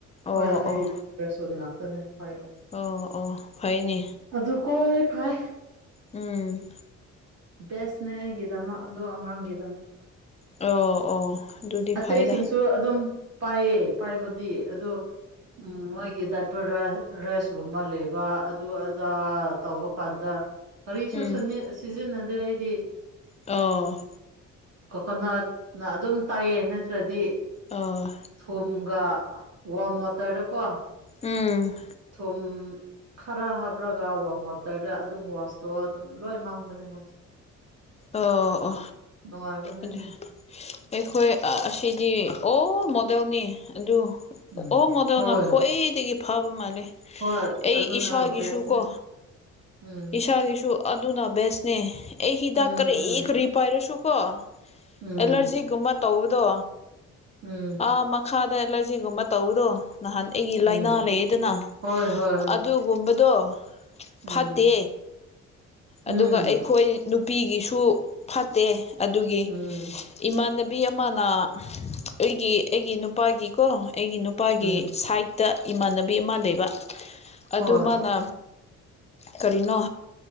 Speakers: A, on the left (about 20°); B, on the right (about 55°).
A: ꯑꯣ
B: ꯍꯣꯏ ꯑꯩꯁ
A: ꯑꯣ
B: ꯔꯦꯁꯣꯟ ꯉꯥꯛꯇꯅꯦ ꯐꯏꯟ
A: ꯑꯣ ꯑꯣ ꯐꯩꯅꯦ
B: ꯑꯗꯨ ꯀꯣꯏ ꯐꯥꯏ
A: ꯎꯝ
B: ꯕꯦꯁꯅꯦ ꯑꯩꯒꯤꯗꯃꯛ ꯑꯗꯣ ꯑꯉꯥꯡꯒꯤꯗꯃꯛ
A: ꯑꯣ ꯑꯣ ꯑꯗꯨꯗꯤ
B: ꯑꯇꯩꯁꯤꯡꯁꯨ
A: ꯐꯩꯗ
B: ꯑꯗꯨꯝ ꯄꯥꯏꯌꯦ ꯄꯥꯏꯕꯗꯤ ꯑꯗꯣ ꯎꯝ ꯃꯣꯏꯒꯤ ꯗꯥꯠ ꯄꯔꯥꯏꯁꯒꯨꯝꯕ ꯂꯩꯕ ꯑꯗꯨ ꯑꯗꯥ ꯇꯧꯕ ꯀꯥꯟꯗ ꯀꯔꯤꯁꯨ
A: ꯎꯝ
B: ꯁꯟꯌꯦ ꯁꯤꯖꯤꯟꯅꯗꯦ ꯑꯩꯗꯤ
A: ꯑꯣ
B: ꯀꯣꯀꯣꯅꯠꯅ ꯑꯗꯨꯝ ꯇꯥꯏꯌꯦ ꯅꯠꯇ꯭ꯔꯗꯤ
A: ꯑꯣ
B: ꯊꯨꯝꯒ ꯋꯥꯝ ꯋꯥꯇꯔꯗꯀꯣ
A: ꯎꯝ
B: ꯊꯨꯝ ꯈꯔ ꯍꯥꯞꯔꯒ ꯋꯥꯝ ꯋꯥꯇꯔ ꯈꯔ ꯑꯗꯨꯝ ꯋꯥꯁꯇꯣ ꯑꯗꯨꯝ ꯂꯣꯏ ꯃꯥꯡꯕꯅꯦ ꯃꯣꯏꯁꯦ
A: ꯑꯣ ꯑꯣ
B: ꯅꯨꯡꯉꯥꯏꯕꯅꯦ
A: ꯑꯗꯨ
B: ꯑꯗꯨꯅ
A: ꯑꯩꯈꯣꯏ ꯑꯁꯤꯗꯤ ꯑꯣ ꯃꯣꯗꯦꯜꯅꯤ ꯑꯗꯨ
B: ꯎꯝ
A: ꯑꯣ ꯃꯗꯧꯅ
B: ꯍꯣꯏ
A: ꯈ꯭ꯋꯥꯏꯗꯒꯤ ꯐꯥꯕ ꯃꯥꯜꯂꯦ
B: ꯍꯣꯏ
A: ꯑꯩ
B: ꯑꯗꯨꯅ
A: ꯏꯁꯥꯒꯤꯁꯨ
B: ꯕꯦꯁꯅꯦ
A: ꯀꯣ
B: ꯎꯝ
A: ꯏꯁꯥꯒꯤꯁꯨ ꯑꯗꯨꯅ ꯕꯦꯁꯅꯦ ꯑꯩ ꯍꯤꯗꯥꯛ
B: ꯎꯝ
A: ꯀꯔꯤ
B: ꯎꯝ
A: ꯀꯔꯤ ꯄꯥꯏꯔꯁꯨ ꯀꯣ
B: ꯎꯝ
A: ꯑꯦꯂꯔꯖꯤꯒꯨꯝꯕ ꯇꯧꯕꯗꯣ
B: ꯎꯝ
A: ꯑꯥ ꯃꯈꯥꯗ ꯑꯦꯂꯔꯖꯤꯒꯨꯝꯕ ꯇꯧꯕꯗꯣ ꯅꯍꯥꯟ ꯑꯩꯒꯤ ꯂꯥꯏꯅꯥ
B: ꯎꯝ
A: ꯂꯩꯌꯦꯗꯅ
B: ꯍꯣꯏ ꯍꯣꯏ ꯍꯣꯏ
A: ꯑꯗꯨ ꯨꯒꯨꯝ ꯕꯗꯣ
B: ꯎꯝ
A: ꯐꯠꯇꯦ
B: ꯎꯝ
A: ꯑꯗꯨꯒ ꯑꯩꯈꯣꯏ ꯅꯨꯄꯤꯒꯤꯁꯨ ꯐꯠꯇꯦ ꯑꯗꯨꯒꯤ
B: ꯎꯝ
A: ꯏꯃꯥꯟꯅꯕꯤ ꯑꯃꯅ ꯑꯩꯒꯤ ꯑꯩꯒꯤ ꯅꯨꯞ ꯅꯨꯄꯥꯒꯤꯀꯣ ꯑꯩꯒꯤ ꯅꯨꯄꯥꯒꯤ
B: ꯎꯝ
A: ꯁꯥꯏꯠꯇ ꯏꯃꯥꯟꯅꯕꯤ ꯑꯃ ꯂꯩꯕ ꯑꯗꯨ
B: ꯍꯣꯏ
A: ꯃꯥꯅ ꯀꯔꯤꯅꯣ